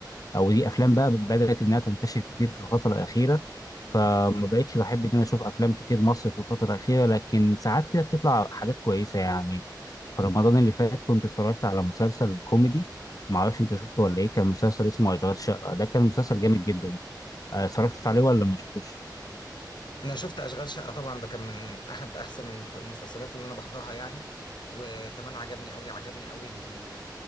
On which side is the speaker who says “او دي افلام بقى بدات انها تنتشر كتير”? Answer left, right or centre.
Left